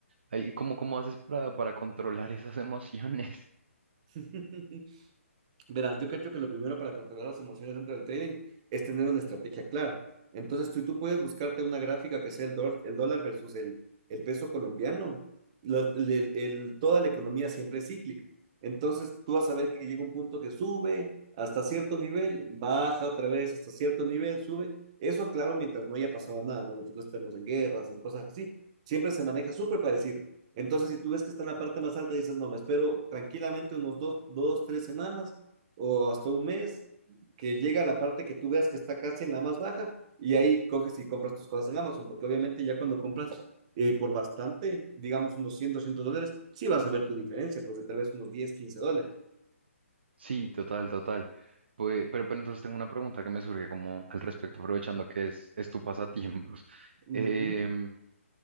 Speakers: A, on the right; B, on the right.
A: ahí ¿Cómo, cómo haces para, para controlar esas <laughs> emociones?
B: <laughs> Verás, yo creo que lo primero para controlar las emociones dentro del trading es tener una estrategia clara. Entonces, tú, tú puedes buscarte una gráfica que sea el, dor- el dólar versus el, el peso colombiano. La- el- el- toda la economía siempre es cíclica. Entonces, tú vas a ver que llega un punto que sube hasta cierto nivel, baja otra vez hasta cierto nivel, sube. Eso, claro, mientras no haya pasado nada, ¿no? mientras no estemos en guerras, en cosas así, siempre se maneja súper parecido. Entonces, si tú ves que está en la parte más alta, dices, no, me espero tranquilamente unos dos, dos, tres semanas o hasta un mes, que llega a la parte que tú veas que está casi en la más baja y ahí coges y compras tus cosas en Amazon, porque obviamente ya cuando compras eh, por bastante, digamos unos 100, 200 dólares, sí vas a ver tu diferencia, pues de tal vez unos diez quince dólares.
A: Sí, total, total. Pues, pero, pero entonces tengo una pregunta que me surge como al respecto, aprovechando que es, es tu pasatiempos. <laughs>
B: Ujú.
A: Em,